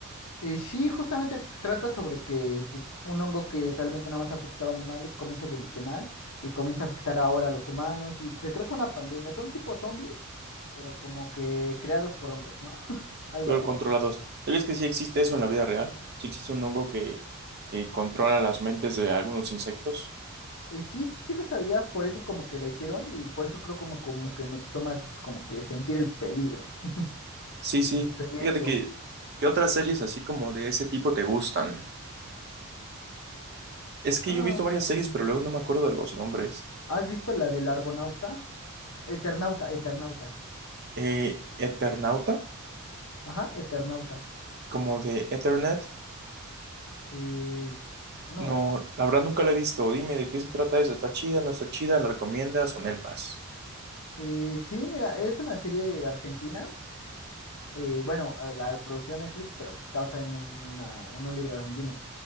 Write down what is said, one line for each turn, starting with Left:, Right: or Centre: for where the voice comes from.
Left: Eh, sí, justamente trata sobre que pues, un hongo que realmente nada más afectaba a animales comienza a evolucionar y comienza a afectar ahora a los humanos y se cree que una pandemia. Son tipo zombies, pero como que creados por hongos, ¿no? <laughs> Algo
Right: Pero
Left: así.
Right: controlados. ¿Sabías que sí existe eso en la vida real? Sí existe un hongo que eh, controla las mentes de algunos insectos.
Left: Y sí, sí, sí lo sabía, por eso como que la hicieron y por eso creo como, como que me gustó más como que sentir el peligro. <laughs>
Right: Sí, sí,
Left: Peligro.
Right: fíjate que, ¿qué otras series así como de ese tipo te gustan? Es que
Left: Ah,
Right: yo he visto varias
Left: mm,
Right: series, pero luego no me acuerdo de los nombres.
Left: ¿has visto la del Argonauta? Eternauta, Eternauta.
Right: Eh, Eternauta,
Left: Ajá, Eternauta.
Right: como de Ethernet.
Left: Eh, no.
Right: No, la verdad nunca la he visto. Dime de qué se trata eso. ¿Está chida? ¿No está chida? ¿La recomiendas o no el pas?
Left: Eh, sí, mira, es una serie de argentina. eh, bueno, eh, la producción Netflix, pero pues, está basada en, una, en un libro argentino.